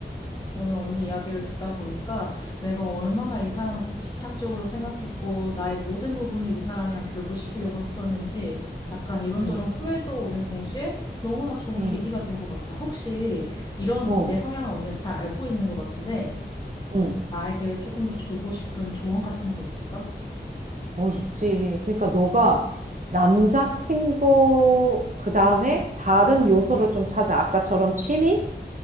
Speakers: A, on the left; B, on the right.
A: 오늘 언니 이야기를 듣다 보니까 내가 얼마나 이 사람한테 집착적으로 생각했고 나의 모든 부분을 이 사람이랑 결부시키려고 했었는지 약간 이런저런
B: 음,
A: 후회도 오는 동시에 너무나 좋은
B: 음,
A: 계기가 된 것 같아. 혹시 이런
B: 음, 어,
A: 내 성향을 언니가 잘 알고 있는 것 같은데
B: 응.
A: 나에게 조금 더 주고 싶은 조언 같은 거 있을까?
B: 어, 있지. 그러니까 너가 남자친구, 그 다음에 다른 요소를 좀 찾아. 아까처럼 취미?